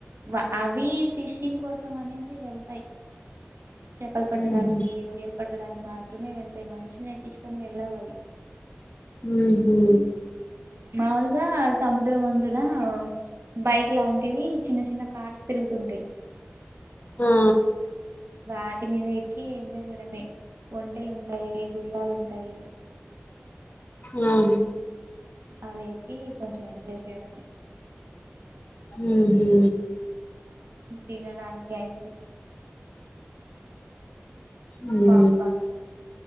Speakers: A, on the right (about 80°); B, on the left (about 40°).
A: వ ఇ ఫిషింగ్ కోసం అనేసి వెళ్తాయి చెప్పలు పట్టడానికి
B: ఊహూ
A: రొయ్యలు పట్ట డానికి మాత్రమే వెళ్తాయి మనుషుల్ని ఎక్కించుకొని వెళ్ళావు అవి
B: ఉహు
A: మాములుగా సముద్రం వందున బైక్ లాంటివి చిన్న చిన్న కార్ తిరుగుతూటాయి
B: ఆ
A: వాటి మీద ఎక్కి ఎంజాయ్ చేయడమే ఒంటెలు ఉంటాయి గుర్రాలు ఉంటాయి
B: ఆహ
A: అవి ఎక్కి కొంచెం ఎంజాయ్ చేయడమే
B: ఉహు
A: తినడానికి అయి
B: ఉ
A: పాప్కార్న్